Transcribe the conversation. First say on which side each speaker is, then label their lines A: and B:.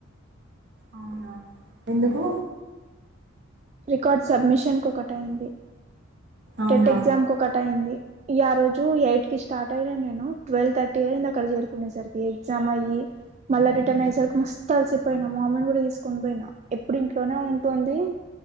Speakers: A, on the right; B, on the right.
A: అవునా ఎందుకు
B: రికార్డ్ సబ్మిషన్ కు ఒకటి అయ్యింది
A: అవునా
B: టెట్ ఎగ్సామ్ కు ఒకటి అయ్యింది ఈ ఆ రోజు ఎయిట్ కి స్టార్ట్ అయినా నేను టువల్ థర్టీ అయ్యింది అక్కడ చేరుకొనే సరి కి ఎగ్సామ్ అయ్యి మళ్ళ రిటన్ అయ్యేసరికి మస్తు అలసిపోయినా మా అమ్మీని గూడా తీసుకొని పోయినా ఎప్పుడు ఇంట్లోనే ఉంటుంది